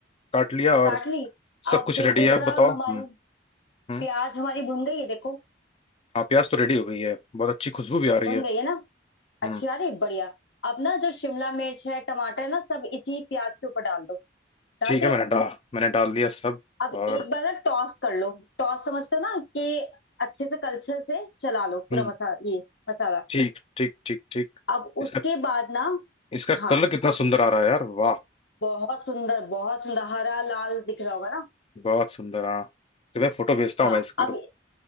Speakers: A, on the left (about 30°); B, on the left (about 70°).
A: काट लिया और
B: काट ली
A: सब
B: अब
A: कुछ
B: देखो
A: रेडी है अब
B: जरा
A: बताओ
B: हमारी
A: हम्म हम्म
B: प्याज हमारी भुन गई है देखो
A: हाँ प्याज तो रेडी हो गई है बहुत अच्छी खुशबू भी आ रही
B: भुन
A: है
B: गई है ना अच्छा
A: हम्म
B: अरे बढ़िया अब ना जो शिमला मिर्च है टमाटर है ना सब इसी प्याज के ऊपर डाल दो डाल
A: ठीक
B: दिया
A: है मैंने डाल मैंने डाल दिया सब
B: अब
A: और
B: एक बार ना टॉस कर लो टॉस समझते हो ना कि अच्छे से कलछे से चला लो पूरा
A: हम्म
B: मसा ये मसाला
A: ठीक ठीक ठीक ठीक
B: अब
A: इसका
B: उसके बाद ना
A: इसका
B: हाँ
A: कलर कितना सुंदर आ रहा है यार वाह
B: बहुत सुंदर बहुत सुंदर हरा लाल दिख रहा होगा ना
A: बहुत सुंदर हाँ तो मैं फोटो भेजता
B: हाँ
A: हूँ मैं इसकी
B: अब
A: रुक